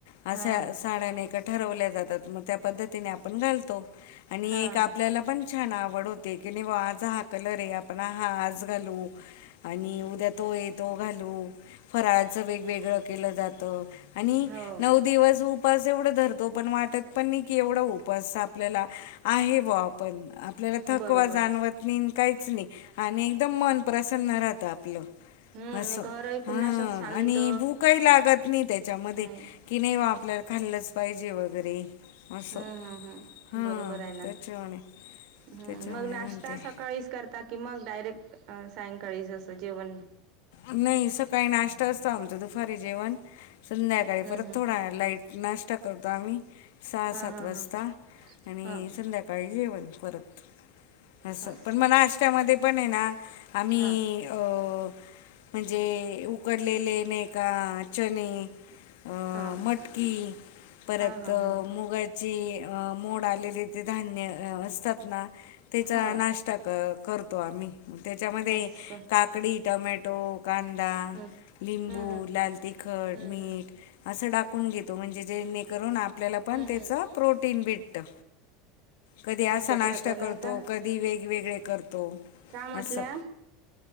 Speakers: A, on the left; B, on the right.
A: असा
B: हां
A: ते साड्या नाही का ठरवल्या जातात, मग त्या पद्धतीने आपण घालतो, आणि
B: हां
A: एक आपल्याला पण छान आवड होते,,, की आज हा कलर आहे आपण हा आज घालू, आणि उद्या तो तोय तो घालू, फराळाच वेगवेगळं केलं जात. आणि
B: हो
A: नऊ दिवस उप उपास एवढं धरतो, पण वाटत पण नाही की एवढा उपास आपल्याला आहे ब्वा पण आपल्याला थकवा
B: बरोबर
A: जाणवत नाही काहीच नाही, आणि एकदम मन प्रसन्न राहतं आपलं.
B: आणि
A: असं,,
B: घरही पुन्हा
A: हा,
B: असं शांत
A: आणि भूकही लागत नाही त्याच्या मधे,
B: नाही
A: कि नाही वा आपल्याला खाल्लंच पाहिजे वगैरे. असं
B: हम्म हम् हम्
A: हां
B: बरोबर आहे ना,
A: त्याच्यामुळे
B: हम्म
A: त्याच्यामुळे
B: मग नाश्ता
A: म्हणते
B: सकाळी करता की मग डायरेक्ट, अ सायंकाळीच असं जेवण
A: नाही सकाळी नाष्ट्ता असतो आमचा, दुपारी जेवण, संध्याकाळी
B: हां
A: परत थोडा लाईट नाष्ट्ता करतो आम्ही सहा
B: हां
A: सात
B: हां
A: वाजता,
B: हां
A: आणि
B: हां
A: संध्याकाळी सकाळी जेवण परत, असं,
B: हां
A: पण म नाष्ट्यामध्ये पण आहे ना, आम्ही
B: हां
A: अ म्हणजे उकडलेले नाही का चणे अ
B: हां
A: मटकी, परत
B: हां हां हां
A: मुगाची चे अ मोड आलेले ते धान्य असतात ना त्याचा
B: हां
A: नाश्ता क करतो आम्ही,, त्याच्यामध्ये
B: असं
A: काकडी, टोमॅटो, कांदा,
B: हम्म
A: लिंबू,
B: हम्म हम्म.
A: लाल तिखट
B: हम्म
A: मीठ.
B: हम्म
A: असं टाकूंन घेतो म्हणजे जेणेकरूंन आपल्याला
B: हम्म
A: पणं त्यांचं
B: हम्म.
A: प्रोटीन भेटतं. कधीं
B: असं
A: असां नाष्टां
B: करत नाही
A: करतो
B: का
A: कधीं वेगवेगळे करतो
B: का म्हटल्या
A: असं.